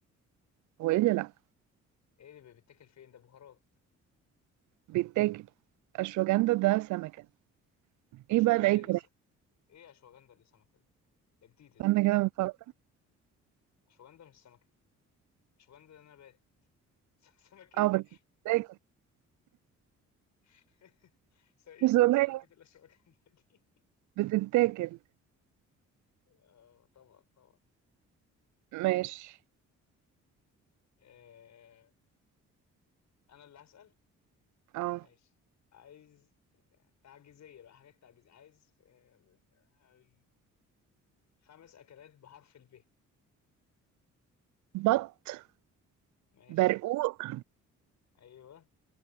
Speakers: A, on the right; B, on the left.
A: هو إيه اللي لأ
B: ايه اللي بيتاكل فين ده بهارات
A: بيتاكل أشواجندا ده سمكة إيه
B: اشواجندا
A: بقى العيك
B: ايه اللي س...
A: ده
B: ايه اشواجندا اللي سمكة ده جديدة دي
A: استنى كده بنفكر
B: اشوجندا مش سمكة اشوجندا ده نبات <laughs> سمكة
A: اه
B: ايه؟
A: بس بتتاكل
B: <laughs> س- ايه
A: بس
B: س- سمكة
A: والله
B: الاشوجندا دي؟
A: بتتاكل
B: اه طبعا طبعا
A: ماشي
B: آه، انا اللي هسأل
A: اه
B: ماشي عايز تعجيزية بقى حاجات تعجيزية عايز آه، آه، خمس اكلات بحرف الب
A: بط
B: ماشي
A: برقوق
B: ايوه